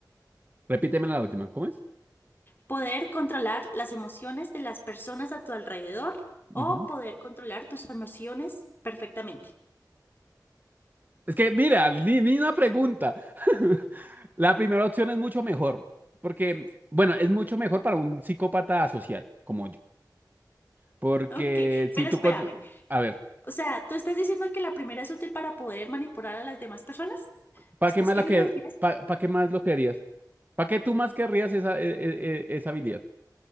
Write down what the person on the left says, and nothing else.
Poder controlar las emociones de las personas a tu alrededor o
poder controlar tus emociones perfectamente.
Ok, pero
espérame.
O sea, ¿tú estás diciendo que la primera es útil para poder manipular a las demás personas?
¿Qué estás
queriendo
decir eso?